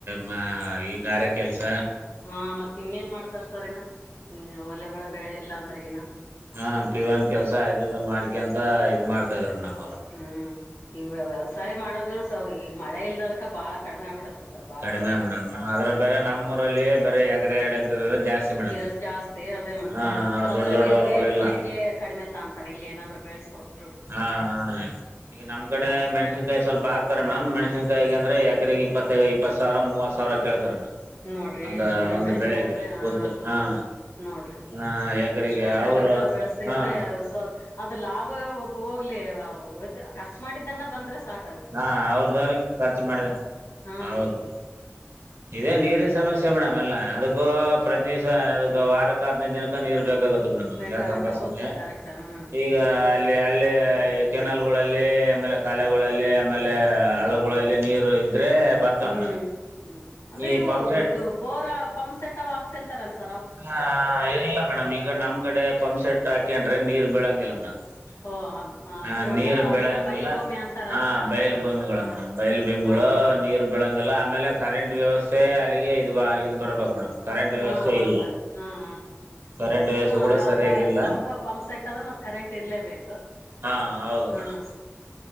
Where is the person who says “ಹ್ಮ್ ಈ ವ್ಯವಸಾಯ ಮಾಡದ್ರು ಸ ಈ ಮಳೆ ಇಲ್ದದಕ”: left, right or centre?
Left